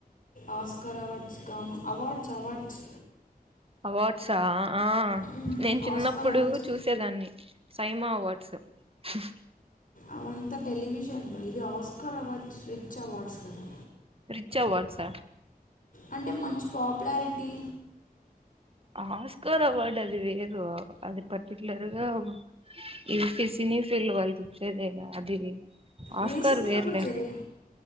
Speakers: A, on the left (about 55°); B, on the right (about 35°).
A: Oscar awards gamma awards awards
B: అవార్డ్సా ఆ ఆ
A: మ్మ్.
B: నేను చిన్నప్పుడు
A: ఆస్కార్ అవార్డ్స్
B: చూసేదాన్ని సైమా అవార్డ్స్ హు
A: అవంతా టెలివిజన్లో ఇవి ఆస్కార్ అవార్డ్స్ స్విచ్ అవార్డ్స్ కదా
B: స్విచ్ అవార్డ్స్ ఆ
A: అంటే మంచి పాపులారిటీ
B: ఆస్కార్ అవార్డ్ అది వేరు అది పర్టిక్యులర్ గా ఈ సినీ ఫీల్డ్ వాళ్లకి ఇచ్చేదే గా అది ఆస్కార్
A: రీసెంట్గా
B: వేర్లే
A: కూడా జరిగి